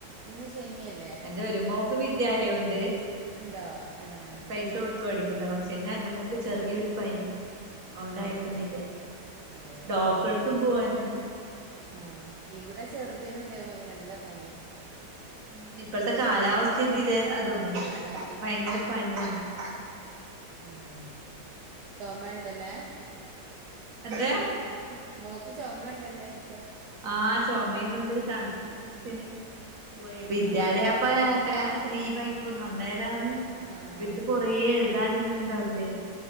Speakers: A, on the right; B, on the right.
A: ഇന്ന് ശനിയല്ല
B: എന്റെ ഒരു മോക്ക് വിദ്യാലയം ഒണ്ട്
A: ഉണ്ടോ ആഹ്
B: പൈസ കൊടുത്ത്- പഠിക്കുന്ന പക്ഷെ എന്റെ മോക്ക് ചെറിയൊരു
A: ആഹ് ആഹ്
B: പനി അത് കൊണ്ട്
A: ആഹ്
B: അയക്കുന്നില്ല
A: ഈ അതെയോ
B: ഡോക്ടറടുത്തും
A: ആഹ്
B: പോവാഞ്ഞിട്ട്-
A: ആഹ് ഇവിടെ ചെറുതിനും അതേ മതിരി നല്ല പനിയ
B: ഉം ഇപ്പോഴത്തെ കാലാവസ്ഥന്റെ ഇതാ അതോന്നു
A: ഉം അതാണേ
B: ഭയങ്കര പനി വന്ന് <inaudible>
A: ഉം ചുമയുണ്ട് അല്ലേ
B: എന്ത്‌
A: മോക്ക് മോക്ക് ചോമ ഒണ്ടല്ലോ എക്ക്
B: ആഹ് ചോമയുണ്ട് തണുപ്പും പിടിച്ചന്
A: ആഹ്
B: പോ വിദ്യാലയപ്പ-
A: ആഹ് ആഹ്
B: ലീവായിപ്പോ അന്നേരാണ്
A: ആഹ്
B: ഇവർക്ക്
A: അതന്നെ
B: കൊറ എഴുതാനെല്ലാം ഉണ്ടാവൂലേ